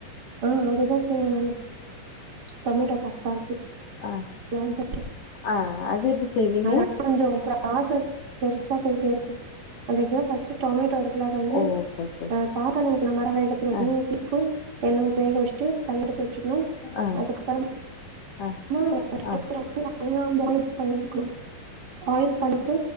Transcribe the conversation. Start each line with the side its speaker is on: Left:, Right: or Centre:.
Right: ஆஹ் அததா செய்வேன் நானு டொமேட்டோ பாஸ்தா இருக்குல்ல
Left: அஹ்
Right: அது
Left: அஹ் அது எப்டி செய்வீங்க
Right: அதா கொஞ்சோ ப்ராசஸ் பெருசா போயிட்டே இருக்கும் அது எப்டினா ஃபஸ்ட் டொமேட்டோ இருக்கு ல அத வந்து
Left: ஓ ஓகே ஓகே
Right: ஆஹ் பாத்தா நீங்க சொன்ன மாரிதா வேக வைக்க
Left: அ
Right: தண்ணி ஊத்தி உப்பு எண்ண வேக வஷ்டு தனியா எடுத்து வச்சுக்கணும்
Left: அ
Right: அதுக்கப்புறமா
Left: அ
Right: அத
Left: அ
Right: <inaudible> நல்லா பாயில் பண்ணிருக்கனும் பாயில் பண் டு